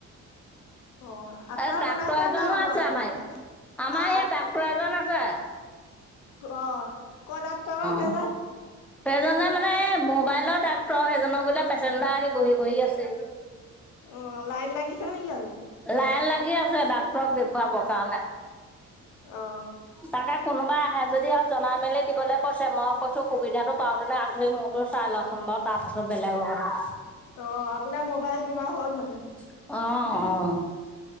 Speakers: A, on the left (about 85°); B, in the centre.
A: অ আচাৰ
B: এই ডাক্তৰ
A: বনাইছা
B: এজনো
A: না আমৰ
B: আছে,
A: আচাৰ
B: আমাৰা আমাৰ
A: আহ
B: ইয়াত ডাক্তৰ এজনো আছে।
A: অ' ক'ৰ ডাক্তৰৰো সেইজন?
B: অ সেইজনে মানে এ মোবাইলৰ ডাক্তৰৰ। সেইজনৰ গুৰিলে পেচেণ্ডাৰ আহি বহি বহি আছেহি।
A: অ' লাইন লাগিছে নেকি আকৌ?
B: লাইন লাগি আছে ডাক্তৰক দেখুৱাবৰ কাৰণে।
A: অ'।
B: তাকে কোনোবাই আহে যদি আৰু জনাই মেলি দিবলৈ কৈছে, মই কৈছো সুবিধাটো পাউটিলে আগ ধৰি মোৰতো চাই লচোন বাৰু তাৰ পাছত বেলেগৰ কথা।
A: অ' আপোনাৰ মোবাইল কিবা হ'ল মানে?
B: অ' অ'